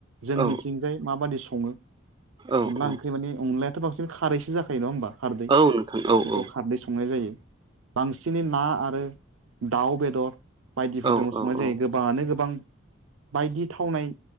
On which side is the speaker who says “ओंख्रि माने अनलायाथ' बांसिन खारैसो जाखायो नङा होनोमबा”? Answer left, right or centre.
Right